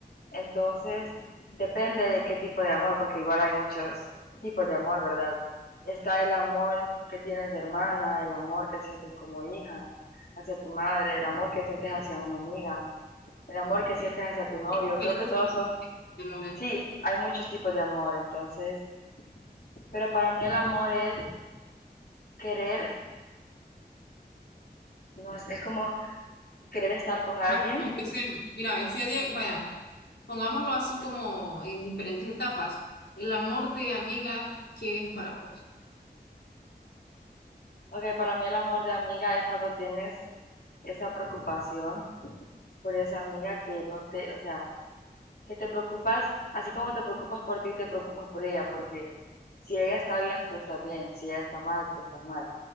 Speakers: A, on the left; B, on the left.
A: Entonces, depende de qué tipo de amor, porque igual hay muchos tipos de amor, ¿verdad? Está el amor que tienes de hermana, el amor que sientes como hija hacia tu madre, el amor que sientes hacia una amiga, el amor que sientes hacia tu novio.
B: ¿Qué
A: Creo que
B: es
A: todos
B: tipo
A: son,
B: de amor?
A: sí, hay muchos tipos de amor, entonces, pero para mí el amor es querer, no, es es como querer estar con alguien.
B: Vamos, empecemos. Mira, es que, di- vaya, pongámoslo así como en diferentes etapas. El amor de amiga, ¿qué es para vos?
A: Ok, para mí el amor de amiga es cuando tienes esa preocupación por esa amiga que no te, o sea, que te preocupas, así como te preocupas por ti, te preocupas por ella, porque si ella está bien, tú estás bien, si ella está mal, tú estás mal.